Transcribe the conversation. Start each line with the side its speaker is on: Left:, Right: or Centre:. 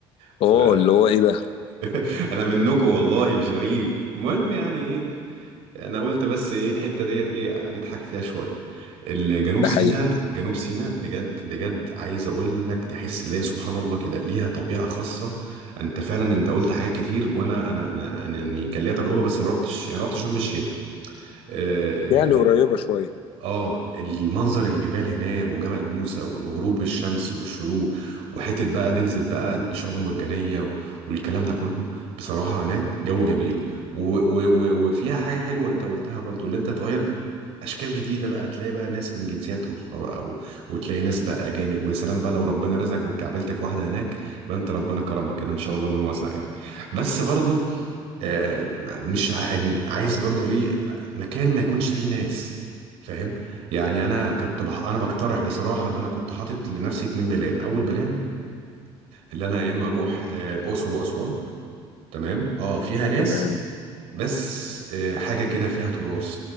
Right: ف
Left: اه اللي هو ايه ده
Right: <laughs> انا منكم والله مش غريب المهم يعني ايه انا قلت بس ايه الحته ديت ايه نضحك فيها شويه الجنوب
Left: ده
Right: سيناء
Left: حقيقي
Right: جنوب سيناء بجد بجد عايز اقول لك تحس اللي هي سبحان الله كده ليها طبيعه خاصه انت فعلا انت قلت حاجات كتير وانا انا انا أنا يعني كان ليا تجربه بس ما رحتش انا رحت شرم الشيخ آه،
Left: يعني قريبة شوية
Right: اه المنظر الجبال هناك وجبل موسى والغروب الشمس والشروق وحتة بقى تنزل بقى الشعاب المرجانية و- والكلام ده كله بصراحة هناك جو جميل و و و وفيها حاجة حلوة انت قلتها برضو اللي انت تغير اشكال جديدة بقى تلاقي بقى ناس من جنسيات اخرى بقى و... وتلاقي ناس بقى اجانب ويا سلام بقى لو ربنا رزقك واتكعبلت في واحدة هناك يبقى انت ربنا كرمك كده ان شاء الله من واسع يعني بس برضو آه، مش ع- يعني عايز برضو ايه مكان ما يكونش فيه ناس فاهم يعني انا كنت بح... انا بقترح بصراحه اللي انا كنت حاطط لنفسي اتنين بلان اول بلان اللي انا يا اما اروح آه، اقصر واسوان تمام اه فيها ناس
Left: تمام
Right: بس آه، حاجه كده فيها تراث